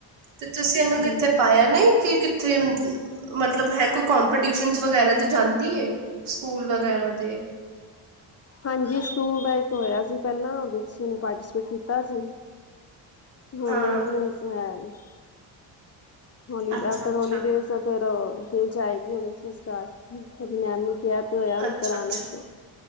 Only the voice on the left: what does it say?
ਹਮ
ਹਾਂਜੀ ਸਕੂਲ ਦਾ ਇਕ ਹੋਇਆ ਸੀ ਪਹਿਲਾਂ ਓਹਦੇ ਚ ਪਾਰਟੀਸਪੇਟ ਕੀਤਾ ਸੀ। ਹੁਣ
ਹੈਗੀ ਹੁਣ <unintelligible> ਹੌਲੀਡੇ
ਆਫਟਰ
ਹੌਲੀਡੇ ਫਿਰ ਜਾਏਗੀ ਫਿਰ ਸਟਾਰਟ ਮੈਮ ਨੂੰ। ਕਿਹਾ ਤੇ ਹੋਇਆ ਓਹਨੂੰ
ਕਰਾਨ
ਵਾਸਤੇ